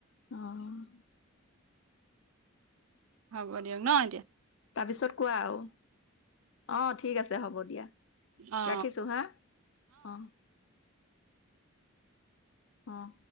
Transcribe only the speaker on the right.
হ'ব দিয়ক ন' এতিয়া
অ